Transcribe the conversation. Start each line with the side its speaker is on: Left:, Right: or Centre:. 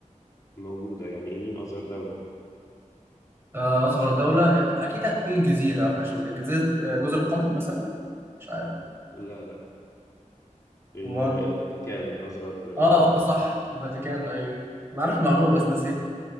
Left: موجودة يعني إيه مين أصغر دولة
Right: آه، أصغر دولة هي أكيد هتكون جزيرة أو حاجة شبه كده. جزيرة آه، جزر القمر مثلا مش عارف
Left: لا لا ال-
Right: امال
Left: الفاتيكان أصغر
Right: اه
Left: دولة
Right: آه، صح الفاتيكان ايوه انا عارف المعلومه بس نسيت